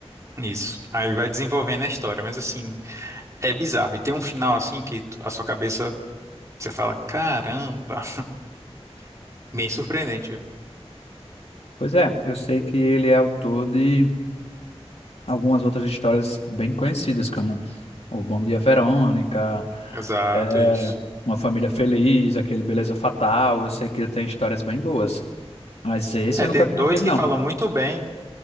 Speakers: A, on the right (about 30°); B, on the left (about 75°).
A: isso. Aí vai desenvolvendo a história, mas assim, é bizarro. E tem um final, assim, que tu- a sua cabeça, você fala, caramba, <laughs> bem surpreendente, viu?
B: Pois é, eu sei que ele é autor de algumas outras histórias bem conhecidas, como O Bom Dia Verônica,
A: Exato,
B: é,
A: isso.
B: Uma Família Feliz, aquele Beleza Fatal. Eu sei que ele tem histórias bem boas, mas esse
A: É,
B: eu
A: tem
B: nunca tinha
A: dois
B: ouvido,
A: que
B: não.
A: falam muito bem